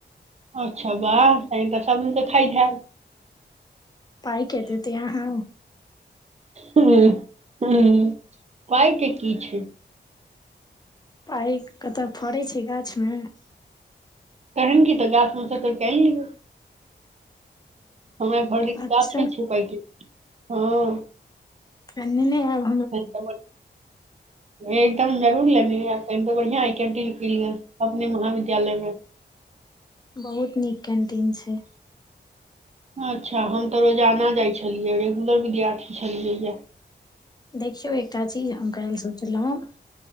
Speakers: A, on the right; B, on the left.
A: अच्छा ब स त सबझ तऽ खथन
B: पाइ ख देती त अहाँ
A: हं हं पाइ के की छै
B: पाइ कतऽ फड़ै छै गाछ में
A: कहेगी त गाछ में स तोइड़ क आन लीय हमरा घर लीग
B: अच्छा
A: साफे छै पै हँ
B: एने नय आयल
A: ह ब एकदम जरूर लेने बढ़िया हइ कन्टीन फल अपने महाविद्यालय में
B: बहुत नीक कैन्टीन छैय
A: अच्छा हम तऽ रोजाना जाइ छलियै रेगुलर विद्यार्थी छलियै यै
B: देखियौ एकटा चीज हम करे ल सोचलौ